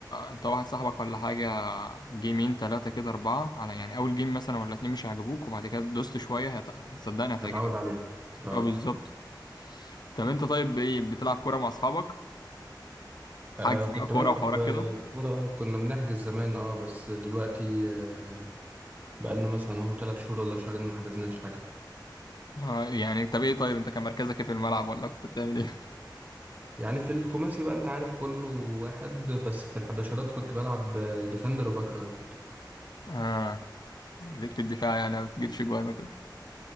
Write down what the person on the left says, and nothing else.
انت واحد صاحبك ولا حاجة جيمين تلاتة كده أربعة على يعني أول جيم مثلا ولا اتنين مش هيعجبوك وبعد كده دوست شوية هت... صدقني هتعجبك
اه بالظبط طب انت طيب ايه بتلعب كورة مع أصحابك حجز
بقى كورة
وحوارات
كده
اه يعني طب ايه طيب انت كان مركزك ايه في الملعب ولا كنت بتعمل ايه؟
<laughs> اه ليك في الدفاع يعني ما بتجيبش جوان وكده